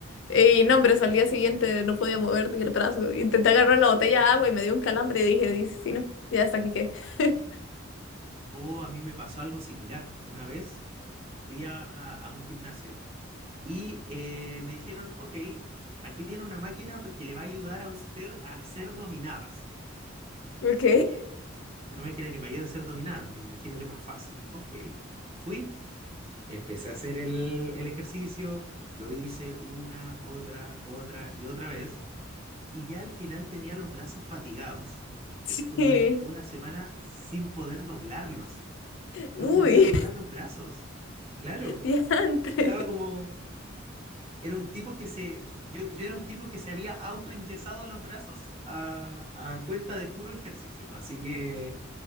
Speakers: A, on the left (about 65°); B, on the right (about 30°).
A: Y no, hombre, al día siguiente no podía mover ni el brazo. Intenté agarrar la botella de agua y me dio un calambre y dije, dice, sí, no, ya hasta aquí qué. <laughs>
B: O a mí me pasó algo similar. Una vez fui a, a un gimnasio y eh, me dijeron, ok, aquí tiene una máquina que le va a ayudar a usted a hacer dominadas.
A: Ok.
B: Dije, una máquina que me ayuda a hacer dominadas, me imagino que es más fácil. Ok, fui Empecé a hacer el, el ejercicio, lo hice una, otra, otra y otra vez, y ya al final tenía los brazos fatigados. Estuve
A: <laughs>
B: una semana sin poder doblarlos. No
A: Uy,
B: podía doblar los brazos. Claro,
A: <laughs> diantre.
B: estaba como, era un tipo que se, yo, yo era un tipo que se había autoenyesado los brazos a, a cuenta de puro ejercicio. Así que,